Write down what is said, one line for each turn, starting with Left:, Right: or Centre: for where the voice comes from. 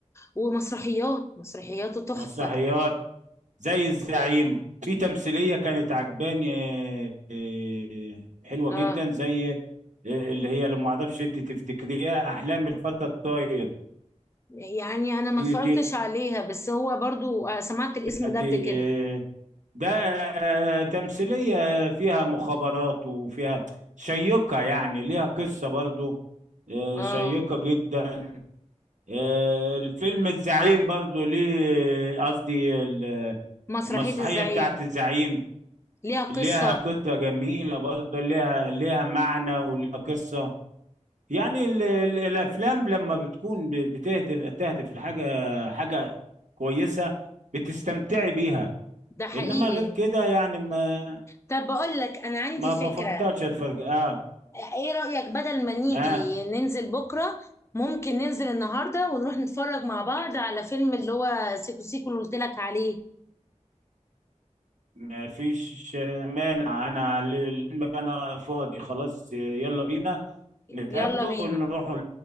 Left: ومسرحيات مسرحياته تحفة
Right: مسرحيات زي الزعيم في تمثيلية كانت عجباني آه، آه، حلوة
Left: اه
Right: جدا زي آه، اللي هي لما اعرفش انت تفتكريها أحلام الفتى الطاير
Left: يعني انا ما
Right: دي
Left: اتفرجتش
Right: دي
Left: عليها بس هو برضو آه، سمعت الاسم
Right: دي
Left: ده قبل كده
Right: آه، ده آه، تمثيلية فيها مخابرات وفيها شيقة يعني ليها قصة برضو آه،
Left: اه
Right: شيقة جدا آه، الفيلم الزعيم برضو ليه قصدي ال-
Left: مسرحية
Right: المسرحية
Left: الزعيم
Right: بتاعت الزعيم
Left: ليها قصة
Right: ليها قصة جميلة برضو ليها ليها معنى وليها قصة يعني ال ال الأفلام لما بتكون ب- بتهدف تهدف لحاجة حاجة كويسة بتستمتعي بيها
Left: ده حقيقي
Right: إنما غير كده يعني ما
Left: طب بقول لك انا عندي
Right: ما
Left: فكرة
Right: بفضلش أتفرج آه
Left: ايه رأيك بدل ما نيجي
Right: آه
Left: ننزل بكرة ممكن ننزل النهاردة ونروح نتفرج مع بعض على فيلم اللي هو سيكو سيكو اللي قلت لك عليه
Right: ما فيش مانع أنا ال- ال- أنا فاضي خلاص يلا بينا نتقابلوا
Left: يلا بينا
Right: ونروحوا